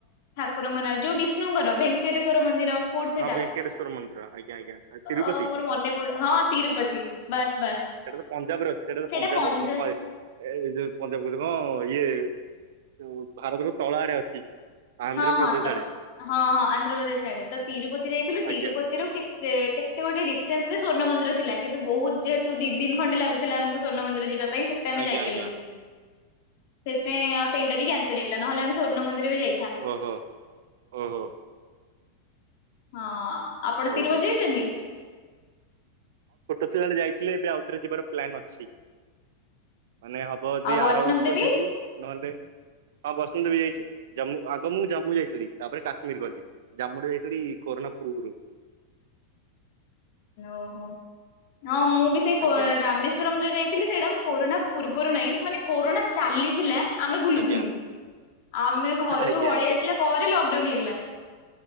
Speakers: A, on the left (about 50°); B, on the right (about 55°).
A: ଠାକୁର ଙ୍କ ନା ଯୋଉ ବିଷ୍ଣୁଙ୍କର ଭେଙ୍କଟେଶ୍ଵର ମନ୍ଦିର? କୋଉଠି ସେଟା?
B: ହଁ ଭେଙ୍କଟେଶ୍ଵର ମନ୍ଦିର ଆଜ୍ଞା ଆଜ୍ଞା ତିରୁପତି
A: ଅ ମୋର ମନେ ପଡୁ, ହଁ ତିରୁପତି ବାସ୍ ବାସ୍।
B: ସେଟା ତ ପଞ୍ଜାବରେ ଅଛି, ସେଟା ତ
A: ସେଇଟା
B: ପଞ୍ଜାବ
A: ପଞ୍ଜା
B: ରେ ପଏ। ଏଇ ଯୋଉ ପଞ୍ଜାବ କହୁଚି କଣ? ଇଏ ଯଉ ଭାରତର ତଳ ଆଡେ ଅଛି। ଆନ୍ଧ୍ରପ୍ରଦେଶ
A: ହଁ ହଁ ତ
B: ଆଡେ
A: ହଁ ହଁ ଆନ୍ଧ୍ରପ୍ରଦେଶ ଆଡେ। ତ ତିରୁପତି ଯାଇଥିଲୁ। ତିରୁପତିରୁ
B: ଆଜ୍ଞା
A: କେତେ କେତେ ଗୋଟେ ଡିସ୍ ଟାନ୍ସରେ ସ୍ଵର୍ଣ୍ଣ ମନ୍ଦିର ଥିଲା। କିନ୍ତ ବହୁତ! ଯେହେୁତୁ ଦି ଦିନ ଖଣ୍ଡେ ଲାଗୁଥିଲା, ଆମକୁ ସ୍ଵର୍ଣ୍ଣ ମନ୍ଦିର ଯିବା ପାଇଁ, ସେଟା ଆମେ
B: ଆଜ୍ଞା
A: ଯାଇପାରିଲୁନି।
B: ଆଜ୍ଞା
A: ସେଇତପାଇଁ, ଅ ସେଇଟା ବି କାନ୍ସେଲ ହେଇଗଲା। ନହେଲେ, ଆମେ ସ୍ଵର୍ଣ୍ଣ ମନ୍ଦିର ବି ଯାଇ
B: ଓ ହୋ, ଓ ହୋ!
A: ହଁ, ଆପଣ ତିରୁପତି
B: ଓହୋ
A: ଯାଇଛନ୍ତି?
B: ତେବେଳେ ଯାଇଥିଲି। ଏବେ ଆଉଥରେ ଯିବାର ପ୍ଲାନ୍ ଅଛି। ମାନେ ହବ ଦି
A: ଆଉ ବୈଷ୍ଣବ
B: ଆର ବର୍ଷ
A: ଦେବୀ
B: ଯିବୁ। ନହେଲେ ହଁ <unintelligible> ବି ଯାଇଛି। ଜାମ୍ମୁ ଆଗ ମୁଁ ଜାମ୍ମୁ ଯାଇଥିଲି ତାପରେ କାଶ୍ମୀର ଗଲି। ଜାମ୍ମୁ ରେ ଯାଇଥିଲି କରୋନା ପୁର୍ବୁରୁ।
A: ଓହୋ! ହଁ, ମୁଁ ବି ସେଇ କ-ରାମେଶ୍ଵରମ
B: ଆଜ୍ଞା
A: ଯୋଉ ଯାଇଥିଲି ସେଇଟା ମୁଁ କରୋନା ପୂର୍ବରୁ ନାହିଁ। ମାନେ କୋରୋନା ଚାଲିଥିଲା ଆମେ ବୁଲୁଥିଲୁ।
B: ଆଜ୍ଞା
A: ଆମେ ଘରକୁ
B: ଆଜ୍ଞା
A: ପଳେଇ
B: ଆଜ୍ଞା
A: ଆସିଲା ପରେ, ଲକ୍ଡାଉନ୍ ହେଇଗଲା।